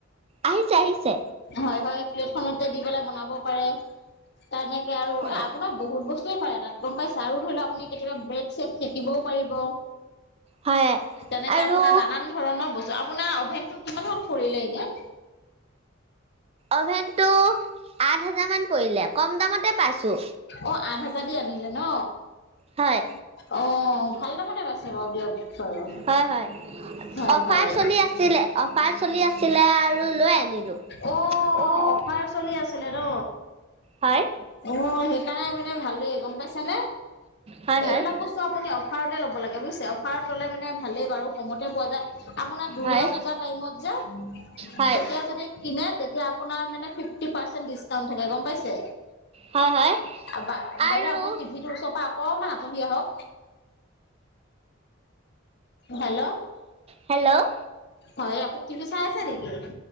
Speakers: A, on the right; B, on the left.
A: আহিছে আহিছে।
B: হয়, হয়, প্লেটখনতে দি পেলাই বনাব পাৰে, তেনেকে আৰু
A: হয়
B: আপোনাৰ বহুত বস্তু পাৰে তাত গ'ম পাইছে? আৰু ধৰি লওক আপুনি কেতিয়াবা ব্ৰেড-চেড সেকিবও পাৰিব।
A: হয়
B: তেনেকে
A: আৰু
B: আপোনাৰ নানান ধৰণৰ বস্তু, আপোনাৰ অভেনতটো কিমান মন পৰিলে এনে?
A: অভেনটো আঠ হাজাৰমান পৰিলে কম দামতে পাইছোঁ।
B: অ', আঠ হাজাৰ দি আনিলে ন'?
A: হয়
B: অঁ', ভাল দামতে পাইছে বাৰু দিয়ক বাৰু।
A: হয় হয়
B: হয়
A: অফাৰ
B: হয়
A: চলি আছিলে, অফাৰ চলি আছিলে আৰু লৈ আনিলো
B: অ
A: অ'
B: অফাৰ চলি আছিলে ন'?
A: হয়
B: অ', সেইকাৰণে মানে ভালে গ'ম পাইছানে?
A: হয়
B: এইবিলাক
A: হয়
B: বস্তু আপুনি অফাৰতে ল'ব লাগে বুজিছে। অফাৰত ল'লে মানে ভালেই বাৰু কমতে পোৱা যায়। আপোনাৰ দ দুৰ্গা
A: হয়
B: পূজা টাইমত যে
A: হয়
B: তেতিয়া যদি কিনে, তেতিয়া আপোনাৰ মানে ফিফটি পাৰ্চেন্ট ডিচকাউন্ট থাকে গম পাইছে।
A: হয় হয়
B: বাই-বাইদো
A: আৰু
B: আপুনি যিটোৰ ওচৰ পৰা অকণমান আঁতৰি আহক। হেল্ল,
A: হেল্ল'
B: হয় আপুনি টি ভি চাই আছে নেকি?